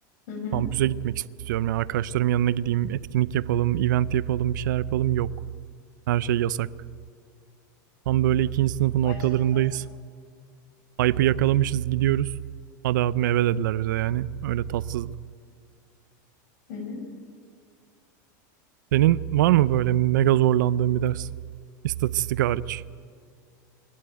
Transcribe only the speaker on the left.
Hı hı.
O
açıdan tatsız.
Hı hı.